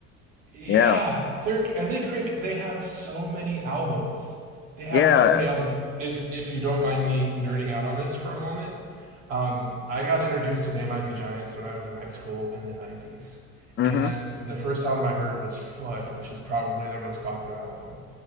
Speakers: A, on the right; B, on the left.
A: Yeah,
B: yeah,
A: they're and they crank. They have so many albums. They have
B: yeah.
A: so many albums. If if you don't mind me nerding out on this for a moment, um, I got introduced to They Might Be Giants when I was in high school in the '90s,
B: Mm-hmm.
A: and the first album I heard was Flood, which is probably their most popular album.